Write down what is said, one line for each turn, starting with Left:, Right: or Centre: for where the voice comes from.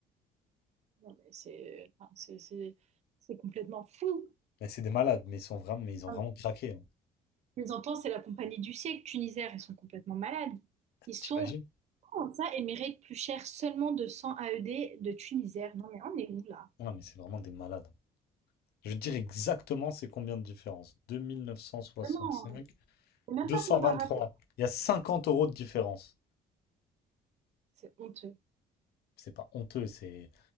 Right: Non, mais c'est enfin, c'est- c'est- c'est complètement fou.
Left: Mais c'est des malades, mais ils sont vraiment, mais ils ont
Right: Enfin,
Left: vraiment craqué. hein.
Right: Les entends, c'est la compagnie du siècle, Tunisair, ils sont complètement malades. Ils sont,
Left: T'imagines?
Right: comment ça, Emirates plus cher seulement de 100 AED de Tunisair. Non, mais on est où là?
Left: Non, mais c'est vraiment des malades. hein. Je vais te dire exactement c'est combien de différence. 2965,
Right: Vraiment, c'est même
Left: 223.
Right: pas comparable.
Left: Il y a 50 euros de différence.
Right: C'est honteux.
Left: C'est pas honteux, c'est.